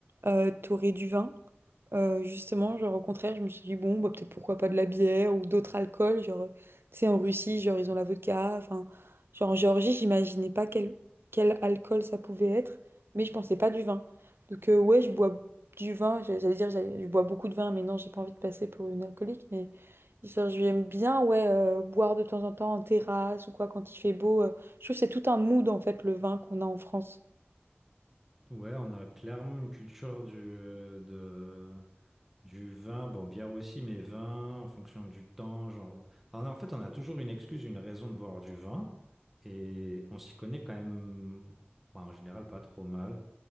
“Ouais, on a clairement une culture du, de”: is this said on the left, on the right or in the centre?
Centre